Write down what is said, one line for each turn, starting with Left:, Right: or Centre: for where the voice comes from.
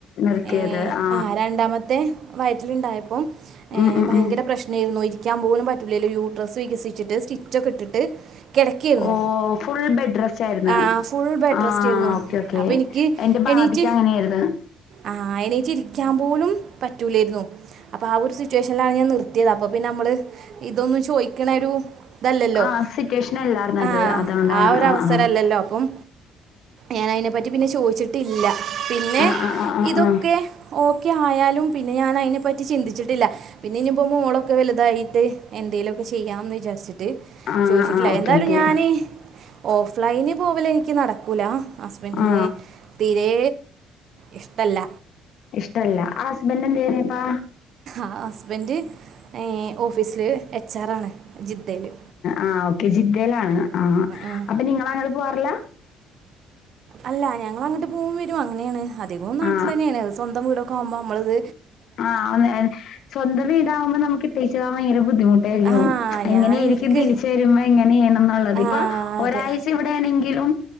Left: നിർത്തിയത്
Right: ഏ
Left: ആ
Right: ആഹ രണ്ടാമത്തെ വയറ്റിലുണ്ടായപ്പോൾഏ
Left: ഉം ഉം
Right: ഭയങ്കര
Left: ഉം
Right: പ്രശ്നമായിരുന്നുരി ക്കാൻ പോകലും പറ്റൂല്ലോ യൂ ഡ്രസ്സ് വികസിച്ചിട്ട് സ്റ്റിച്ചൊ ഒക്കെ ഇട്ട് കിടക്കയിരുന്നു
Left: ഓ ഫുൾ ബെഡ് റെസ്റ്റ് ആയിരുന്നു
Right: ആഹ ഫുൾ ബെഡ്
Left: ആ
Right: റെസ്റ്റ് ആരുന്നു
Left: ഓക്കെ ഓക്കെ
Right: അപ്പൊ എനിക്ക്
Left: എന്റെ ബാബിക്ക്
Right: എണീറ്റ്
Left: അങ്ങനെയായിരുന്നു
Right: ആഹ എണ്ണിച്ചിരിക്കാൻ പോലും പറ്റൂലായിരുന്നു അപ്പൊ ആ ഒരു സിറ്റുവേഷനിലാണ് ഞാൻ നിർ കിട്ടിയത് അപ്പൊ പിന്നെ നമ്മള് ഇതൊന്നും ചോദിക്കണ ഒരു ഇതല്ലല്ലോ
Left: ആ സിറ്റുവേഷൻ അല്ലാർന്നു അത്
Right: ആഹ
Left: അതുകൊണ്ടാണ്
Right: ആ ഒരു അവസരല്ലല്ലോ
Left: ആ
Right: അപ്പം ഞാൻ അതിനെ പറ്റി പിന്നെ ചോദിച്ചിട്ടില്ല പിന്നെ
Left: ആ ആ ആ
Right: ഇതൊക്കെ
Left: ആ
Right: ഓക്കെ ആയാലും പിന്നെ ഞാൻ അതിനെപ്പറ്റി ചിന്തിച്ചിട്ടില്ല പിന്നെ ഇനിപ്പം മോളൊക്കെ വലുതായി എന്തെലുഒക്കെ ചെയ്യാമന്ന് വിചാരിച്ചിട്ട്
Left: ആ ആ
Right: ചോദിച്ചിട്ടില്ല
Left: ആ ഓക്കെ
Right: എന്തായാലും
Left: ഓക്കെ
Right: ഞാന് ഓഫ്ലൈന് പോവാല് എനിക്ക് നടക്കൂല ഹസ്ബൻഡിന്
Left: ആ
Right: തീരെ ഇഷ്ടല്ല
Left: ഇഷ്ട അല്ല ആഹ ഹസ്ബൻഡി നേക്കാ
Right: ആഹ ഹസ്ബൻഡ് ഏ ഓഫീസില് എച്ച് ആർ ആണ് ജിദ്ദല്
Left: ആഹ ഓക്കെ ജിദ്ദലാ ണ് ആഹ
Right: ആ
Left: അപ്പൊ നിങ്ങള് അങ്ങോട്ട് പോവറില്ല
Right: അല്ല ഞങ്ങൾ അങ്ങോട്ട് പോകും വരും അങ്ങനെയാണ് അധികവും നാട്ടിൽ
Left: ആ
Right: തന്നെയാണ് സ്വന്തം വീടൊക്കെ ആവുമ്പോൾ നമ്മളത്
Left: ആ സ്വന്തം വീടാകുമ്പോ നമുക്ക് ഇടെചുപോകാ ഭയങ്കര ബുദ്ധിമുട്ടായിരിക്കും
Right: ആ
Left: എങ്ങനൊയിരിക്കും
Right: ഞാൻ എനിക്ക്
Left: ഇനി തിരിച്ച വരുമ്പോ എങ്ങനെയണ എന്നുള്ളത്
Right: ആ
Left: ഇപ്പൊ ഒരാഴ്ച
Right: അതെ
Left: ഇവിടെയാണെങ്കിലും